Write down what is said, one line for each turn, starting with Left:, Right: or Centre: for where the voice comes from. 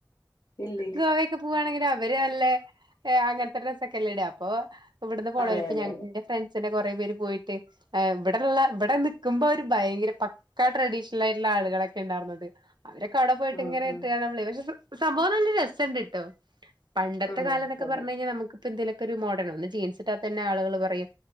Left: ഇല്ലേ
Right: ഗോവ ഒക്കെ പൂവാണേല് ഇവരൂഅല്ലേ ഏ അങ്ങനത്തെ ഡ്രസ്സ് ക്കെല്ലട അപ്പൊ ഇവിടുന്ന് പോവും
Left: അതെ
Right: ഇപ്പ
Left: അതെ
Right: ഞൻ
Left: അതെ
Right: ഫ്രണ്ട്സിനെ കൊറെേ പേര് പോയിട്ട്് ഇവിടെള്ള ഇവിടെ നിക്കുമ്പോ ഒരു ഭയങ്കര പക്ക ട്രഡീഷണൽ ആയിട്ടുള്ള ആളുകളൊക്കെ ഉണ്ടായിരുന്നത് അവരൊക്കെ അടെ പോയിട്ട്
Left: ഉം
Right: <unintelligible>
Left: ഉം
Right: സംഭവംല്ല രസണ്ട് കട്ടോ പണ്ടത്തെ
Left: ഉം
Right: കാലംന്നോക്കെ
Left: അതെ
Right: പറഞ്ഞു കഴിഞ്ഞൽ നമുക്കിപ്പോ എന്തെലും ഒരു മോഡേൺ ഒന്ന് ജീൻസ് ഇട്ടാ തന്നെ ആളുകൾ പറയും